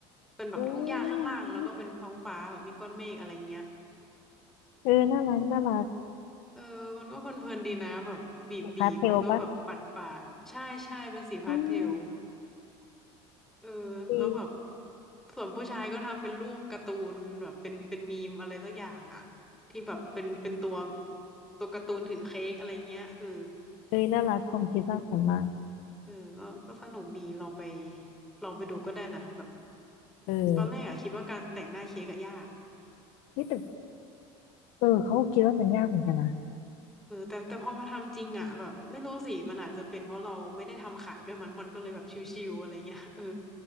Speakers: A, in the centre; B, on the left.
A: เป็นแบบทุ่งหญ้าข้างล่างแล้วก็เป็นท้องฟ้าแบบมีก้อนเมฆอะไรเงี้ย
B: โอ้ยน่ารักเออน่ารักน่ารัก
A: เออมันก็เพลินๆดีนะแบบบีบบีบแล้วก็แบบปัดปาดใช่ใช่เป็นสีพาสเทล
B: สีพาสเทลปะอืม
A: เออแล้วแบบ
B: ดี
A: ส่วนผู้ชายก็ทำเป็นรูปการ์ตูนแบบเป็นเป็นมีมอะไรสักอย่างอะที่แบบเป็นเป็นตัวตัวการ์ตูนถือเค้กอะไรเงี้ยเออ
B: เอ้ยน่ารักความคิดสร้างสรรค์มาก
A: เออก็ก็สนุกดีลองไปลองไปดูก็ได้นะแบบ
B: เออ
A: ตอนแรกอะคิดว่าการแต่งหน้าเค้กอะยาก
B: นี่แต่เออเขาก็คิดว่ามันยากเหมือนกันนะ
A: เออแต่แต่พอมาทำจริงอะแบบไม่รู้สิมันอาจจะเป็นเพราะเราไม่ได้ทำขายด้วยมั้งมันก็เลยแบบชิวๆอะไรเงี้ยเออ